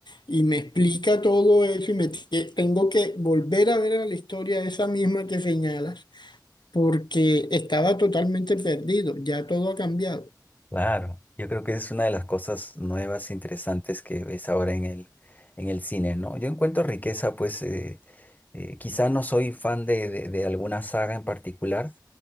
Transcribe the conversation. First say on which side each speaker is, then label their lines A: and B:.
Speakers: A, on the left (about 75°); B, on the left (about 20°).
A: Y me explica todo eso y me tie- tengo que volver a ver a la historia esa misma que señalas porque estaba totalmente perdido, ya todo ha cambiado.
B: Claro, yo creo que es una de las cosas nuevas, interesantes que ves ahora en el, en el cine, ¿no? Yo encuentro riqueza, pues eh, eh, quizá no soy fan de, de- de alguna saga en particular,